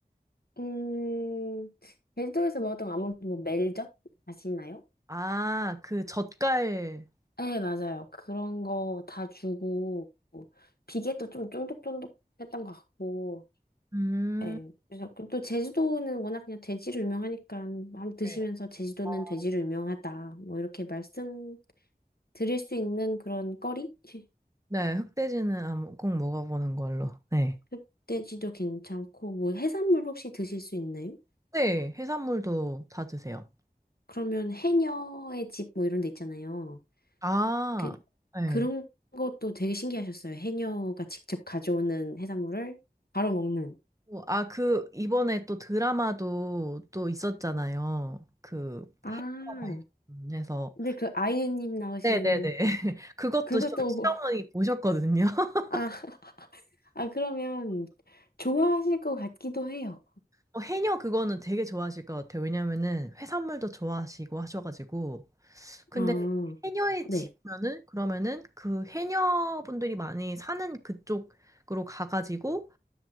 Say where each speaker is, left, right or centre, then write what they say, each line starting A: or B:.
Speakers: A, on the left (about 70°); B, on the right (about 20°).
A: 음, 제주도에서 먹었던 거 아무래도 뭐 멜젓 아시나요?
B: 아, 그 젓갈.
A: 네, 맞아요. 그런 거 다 주고, 비계도 좀 쫀득쫀득했던 것 같고,
B: 음,
A: 예. 그래서 그또 제주도는 워낙 그냥 돼지로 유명하니까 한번 드시면서
B: 네.
A: 제주도는
B: 어,
A: 돼지로 유명하다. 뭐 이렇게 말씀 드릴 수 있는 그런 거리? <laughs>
B: 네, 흑돼지는 아무- 꼭 먹어보는 걸로. 네.
A: 흑돼지도 괜찮고 뭐 해산물 혹시 드실 수 있나요?
B: 네, 해산물도 다 드세요.
A: 그러면 해녀의 집 뭐 이런 데 있잖아요.
B: 아,
A: 그
B: 네.
A: 그런 것도 되게 신기하셨어요. 해녀가 직접 가져오는 해산물을 바로 먹는.
B: 어, 아, 그, 이번에 또 드라마도 또 있었잖아요. 그,
A: 아,
B: 해과 관련해서.
A: 근데 그 아이유님 나오시는
B: 네네네. <laughs> 그것도
A: 그것도
B: 시-
A: <laughs>
B: 시어머니 보셨거든요. <laughs>
A: 아, 아 그러면 좋아하실 것 같기도 해요.
B: 어, 해녀 그거는 되게 좋아하실 것 같아요. 왜냐면은 해산물도 좋아하시고 하셔가지고. 근데
A: 아,
B: 해녀에
A: 네.
B: 지면은, 그러면은 그 해녀분들이 많이 사는 그쪽으로 가가지고,